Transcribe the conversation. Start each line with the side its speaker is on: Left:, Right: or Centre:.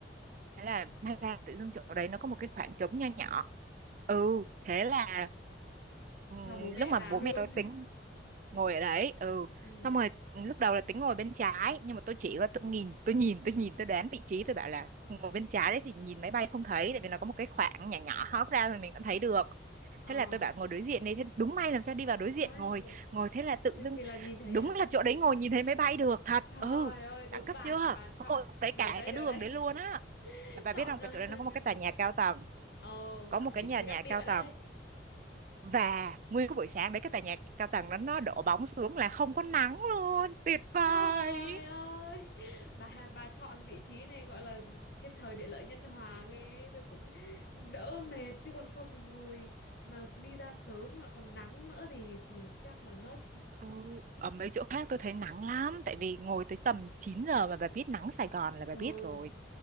Right: thế là may ra tự dưng chỗ đấy nó có một cái khoảng trống nho nhỏ ừ thế là ừ,
Left: cho bố mẹ
Right: lúc mà
Left: vào
Right: bố mẹ
Left: luôn
Right: tôi
Left: <laughs>
Right: tính ngồi ở đấy ừ
Left: ừ
Right: xong rồi ừ, lúc đầu là tính ngồi bên trái nhưng mà tôi chỉ có tôi nhìn tôi nhìn tôi nhìn tôi đoán vị trí tôi bảo là ngồi bên trái đấy thì nhìn máy bay không thấy tại vì nó có một cái khoảng nhỏ nhỏ hóp ra rồi mình vẫn thấy được
Left: ờ
Right: thế là tôi bảo ngồi đối diện đi thế đúng may làm sao đi vào đối diện
Left: Trời
Right: ngồi
Left: ơi,
Right: ngồi thế là tự
Left: thì,
Right: dưng
Left: thì là nhìn thấy
Right: đúng
Left: à?
Right: là chỗ đấy ngồi nhìn thấy máy bay được thật
Left: Trời
Right: ừ
Left: ơi, đúng
Right: đẳng cấp
Left: bà
Right: chưa
Left: bà chọn
Right: có mỗi lúc đấy cả
Left: được đấy,
Right: cái
Left: được
Right: đường
Left: đấy.
Right: đấy luôn á
Left: <laughs>
Right: bà
Left: Chọn
Right: biết không
Left: ờ,
Right: cái chỗ đấy nó có
Left: đừ-
Right: một cái tòa nhà cao tầng
Left: Ồ,
Right: có
Left: chọn
Right: một cái
Left: vị
Right: nhà
Left: trí
Right: nhà
Left: đắc địa
Right: cao
Left: đấy.
Right: tầng và nguyên cái buổi sáng đấy cái tòa nhà cao tầng đó nó đổ bóng xuống là không có nắng luôn tuyệt vời
Left: Trời ơi, bà bà chọn vị trí này gọi là thiên thời địa lợi nhân hòa ghê, tôi cũng đỡ mệt chứ còn không thì ngồi mà đi ra sớm lại còn nắng nữa thì thì chắc là ngất.
Right: ừ. ở mấy chỗ khác tôi thấy nắng lắm tại vì ngồi tới tầm chín giờ mà bà biết nắng Sài Gòn là bà
Left: Ừ,
Right: biết rồi